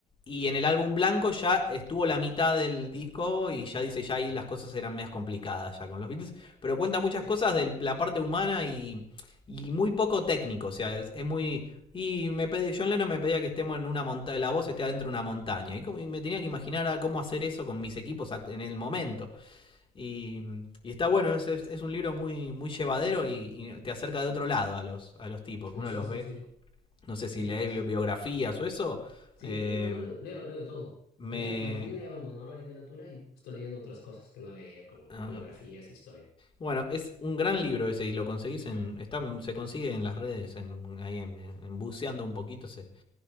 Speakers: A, on the left; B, on the left.
A: Y en el álbum blanco ya estuvo la mitad del disco y ya dice, ya ahí las cosas eran más complicadas ya con los Beatles. Pero cuenta muchas
B: Sí.
A: cosas de la parte humana y, y muy poco técnico. O sea, es, es muy... Y me pedí, John Lennon me pedía que estemos en una montaña, la voz esté adentro de una montaña. Y, como- y me tenía que imaginar a cómo hacer eso con mis equipos en el momento. Y, y está bueno, es, es- un libro muy, muy llevadero y, y te acerca de otro lado a los, a los tipos.
B: No,
A: Uno
B: sí,
A: los
B: sí,
A: ve,
B: sí.
A: no sé
B: Sí,
A: si lees
B: no, sí.
A: bi-
B: me-
A: biografías o eso.
B: Sí,
A: eh,
B: luego no leo, leo, leo de todo.
A: me.
B: Más bien, más bien he abandonado la literatura y estoy leyendo otras cosas que no leía, como
A: ah.
B: biografías, historia.
A: Bueno, es un gran libro ese y lo conseguís
B: Ajá.
A: en. Está, se consigue en las redes, en, ahí en, en buceando un poquito se,